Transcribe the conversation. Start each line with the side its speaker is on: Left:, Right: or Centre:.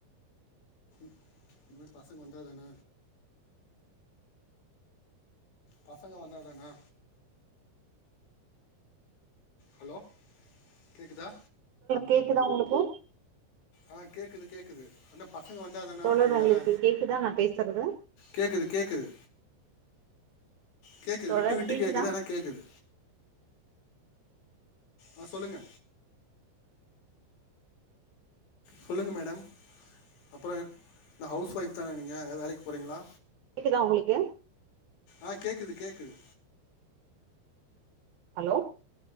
Left: <unintelligible> பசங்க வந்தா தன பசங்க வந்தா தானா ஹலோ கேக்குதா
Right: கேக்குதான் உங்களுக்கு
Left: ஆஹ் கேக்குது கேக்குது என்ன பசங்க வந்தா தானா
Right: தோழர்
Left: அடுத்தது
Right: உங்களுக்கு
Left: வேலை
Right: கேக்குதா நா பேசுறது
Left: கேக்குது கேக்குது கேக்குது
Right: தோழர்
Left: விட்டு விட்டு
Right: கேக்குதா
Left: கேக்குது ஆனா கேக்குது ஆ சொல்லுங்க சொல்லுங்க மேடம் அப்புறம் இந்த ஹவுஸ் ஒய்ஃப் தானே நீங்கள் வேலைக்கு போகறீங்களா
Right: கேக்குதா உங்களுக்கு
Left: ஆஹ் கேக்குது கேக்குது
Right: ஹலோ